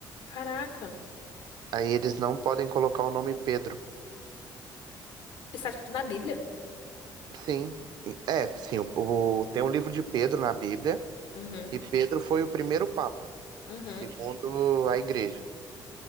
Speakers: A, on the left; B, on the right.
A: Caraca.
B: Aí eles não podem colocar o nome Pedro.
A: Isso tá escrito na Bíblia?
B: Sim, é, sim, o, o- tem um livro de Pedro na Bíblia,
A: Uhum.
B: e Pedro foi o primeiro Papa,
A: Uhum.
B: segundo a Igreja.